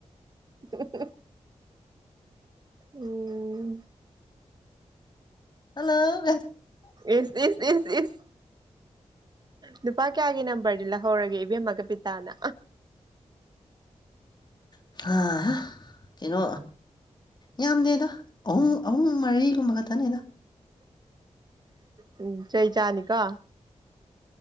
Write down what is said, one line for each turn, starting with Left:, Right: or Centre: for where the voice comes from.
Right: <unintelligible> <inaudible> ꯎꯝ
Left: ꯍꯜꯂꯣ
Right: ꯏꯁ ꯏꯁ ꯏꯁ ꯏꯁ ꯅꯨꯄꯥ ꯀꯌꯥꯒꯤ ꯅꯝꯕꯔꯗꯤ ꯂꯧꯍꯧꯔꯒꯦ ꯏꯕꯦꯝꯃ ꯀꯄꯤꯇꯥꯅ
Left: <unintelligible> ꯀꯩꯅꯣ ꯌꯥꯝꯗꯦꯗ ꯑꯍꯨꯝ ꯑꯍꯨꯝ ꯃꯔꯤꯒꯨꯝꯕ ꯈꯇꯅꯦꯗ
Right: ꯎꯝ ꯆꯩ ꯆꯥꯅꯤꯀꯣ